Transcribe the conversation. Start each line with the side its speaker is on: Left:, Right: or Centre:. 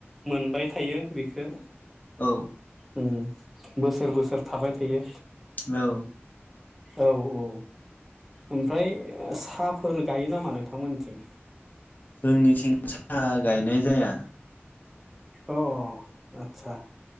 Centre: मोनबाय थायो बेखो।
Left: औ
Centre: उम। बोसोर बोसोर थाबाय थायो।
Left: औ
Centre: औ औ ओमफ्राय साहाफोर गायो नामा नोंथांमोनथिं?
Left: जोंनिथिं साहा गायनाय जाया।
Centre: औ औ आदसा